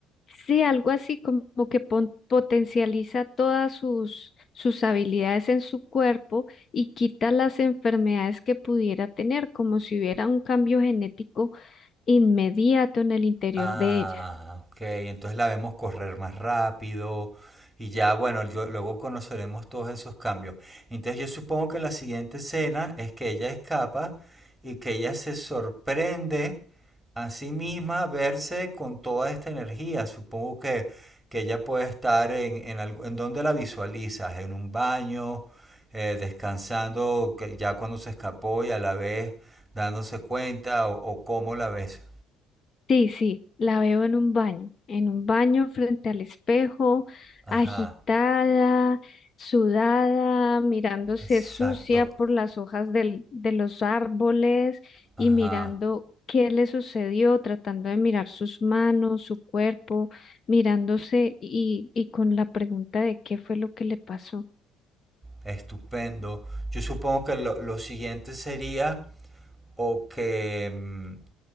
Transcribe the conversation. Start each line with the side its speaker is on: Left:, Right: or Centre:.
Left: Sí, algo así como que pon- potencializa todas sus, sus habilidades en su cuerpo y quita las enfermedades que pudiera tener, como si hubiera un cambio genético inmediato en el interior
Centre: Ah,
Left: de ella.
Centre: ok. Entonces la vemos correr más rápido y ya, bueno, yo- luego conoceremos todos esos cambios. Entonces yo supongo que la siguiente escena es que ella escapa y que ella se sorprende a sí misma verse con toda esta energía. Supongo que, que ella puede estar en, en, algo- en donde la visualizas, en un baño, eh, descansando que ya cuando se escapó y a la vez dándose cuenta o, o cómo la ves.
Left: Sí, sí, la veo en un baño, en un baño frente al espejo,
Centre: Ajá.
Left: agitada, sudada, mirándose
Centre: Exacto.
Left: sucia por las hojas del- de los árboles
Centre: Ajá.
Left: y mirando qué le sucedió, tratando de mirar sus manos, su cuerpo, mirándose y, y con la pregunta de qué fue lo que le pasó.
Centre: Estupendo. Yo supongo que lo, lo siguiente sería o que, mm,